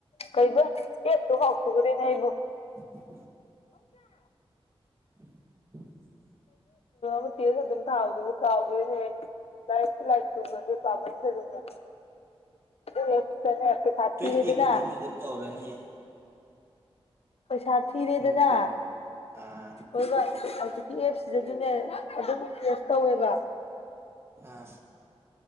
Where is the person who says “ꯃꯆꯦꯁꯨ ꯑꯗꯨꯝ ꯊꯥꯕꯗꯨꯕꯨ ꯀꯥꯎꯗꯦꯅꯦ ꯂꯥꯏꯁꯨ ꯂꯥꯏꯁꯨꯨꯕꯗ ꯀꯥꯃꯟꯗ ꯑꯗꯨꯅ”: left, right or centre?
Left